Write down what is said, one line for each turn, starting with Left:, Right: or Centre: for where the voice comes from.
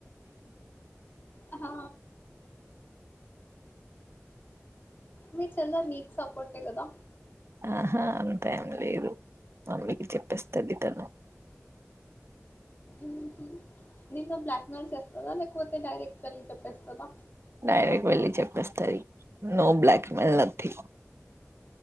Left: ఆ మీ చెల్లెలు మీకు సపోర్టే కదా
Right: ఆహా అంతా ఏం లేదు మమ్మీకి చెప్పేస్తది తను
Left: ఉహు నిన్ను బ్లాక్మెెయిల్ చేస్తదా లేకపోతే డైరెక్ట్ వెళ్ళి చెప్పేస్తదా
Right: డైరెక్ట్ వెళ్ళి చెప్పేస్తది నో బ్లాక్ మేల్ నథింగ్